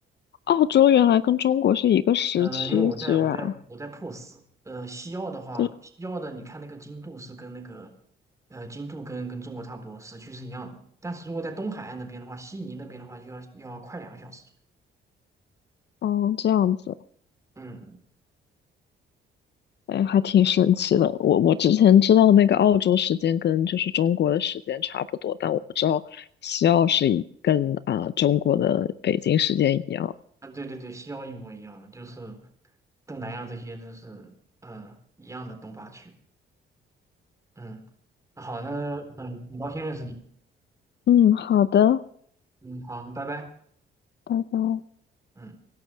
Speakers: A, on the left; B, on the right.
A: 澳洲原来跟中国是一个时区，
B: 嗯、呃因为我在我在我在
A: 居然，
B: POS，呃，西澳的话，
A: 这，
B: 西澳的你看那个经度是跟那个，呃，经度跟跟中国差不多，时区是一样的。但是如果在东海岸那边的话，悉尼那边的话就要要快两个小时左
A: 嗯，这样子，
B: 右嗯嗯
A: 哎，还挺神奇的。我我之前知道那个澳洲时间跟就是中国的时间差不多，但我不知道西澳是一跟啊、中国的北京时间一样。
B: 啊，对对对，西澳一模一样的，就是东南亚这些都是嗯一样的东八区。嗯，好，那嗯，很高兴认识你。
A: 嗯，好的，
B: 嗯，好，拜拜。
A: 拜拜。
B: 嗯。